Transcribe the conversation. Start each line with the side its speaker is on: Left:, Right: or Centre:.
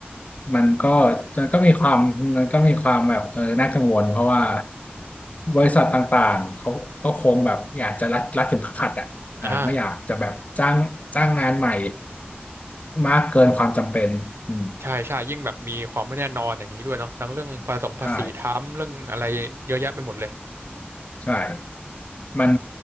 Left: มันก็มันก็มีความมันก็มีความแบบเออน่ากังวลเพราะว่าบริษัทต่างๆเขาก็คงแบบอยากจะรัดรัดเข็มขัดอ่ะอ่าไม่อยากจะแบบจ้างจ้างงานใหม่
Right: อ่า
Left: มากเกินความจำเป็นอืม
Right: ใช่ใช่ยิ่งแบบมีความไม่แน่นอนอย่างนี้ด้วยเนาะทั้งเรื่องภาษีภาษีทำเรื่องอะไรเยอะแยะไปหมดเลย
Left: ใช่ใช่มัน